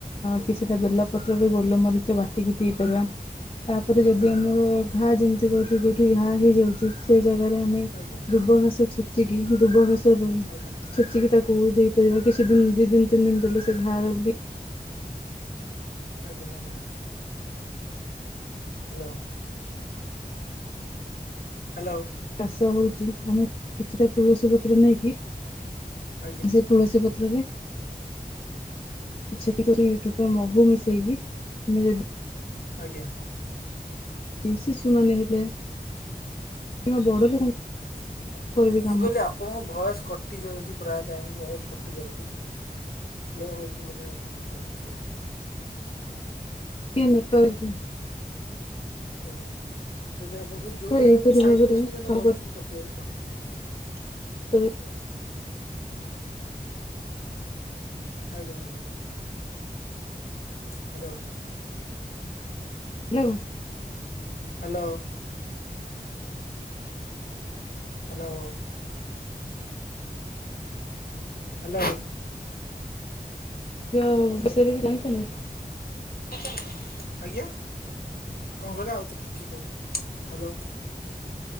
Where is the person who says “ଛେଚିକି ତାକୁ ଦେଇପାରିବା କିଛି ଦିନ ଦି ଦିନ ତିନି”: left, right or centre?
Left